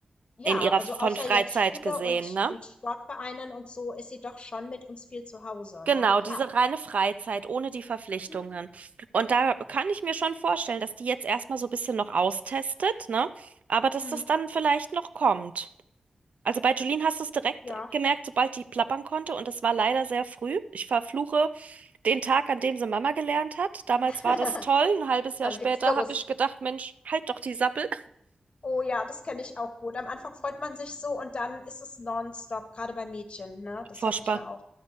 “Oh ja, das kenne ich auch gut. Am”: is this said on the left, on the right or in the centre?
Left